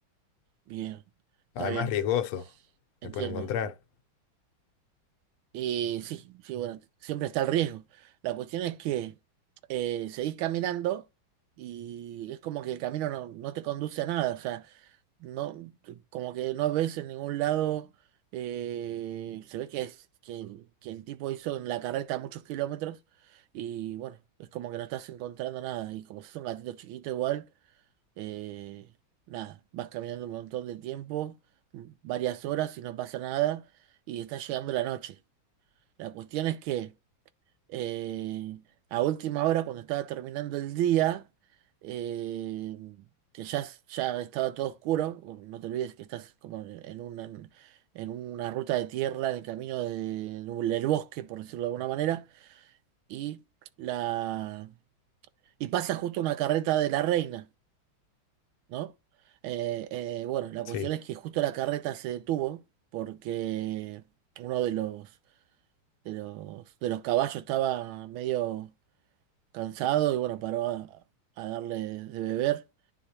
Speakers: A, on the right; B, on the left.
A: Bien, está
B: Además,
A: bien,
B: riesgoso.
A: entiendo.
B: Me pueden encontrar.
A: Y sí, sí, bueno, siempre está el riesgo. La cuestión es que eh, seguís caminando y es como que el camino no, no te conduce a nada, o sea, no, como que no ves en ningún lado, eh, se ve que, es, que, que el tipo hizo en la carreta muchos kilómetros y bueno, es como que no estás encontrando nada y como sos un gatito chiquito igual. eh, nada, vas caminando un montón de tiempo, m- varias horas y no pasa nada, y está llegando la noche. La cuestión es que eh, a última hora, cuando estaba terminando el día, eh, que ya, s- ya estaba todo oscuro, o no te olvides que estás como en en una, en una ruta de tierra, en el camino de- del bosque, por decirlo de alguna manera, y, la, y pasa justo una carreta de la reina. ¿no? Eh, eh, bueno, la
B: Sí.
A: cuestión es que justo la carreta se detuvo porque uno de los, de los, de los caballos estaba medio cansado y bueno, paró a, a darle de beber.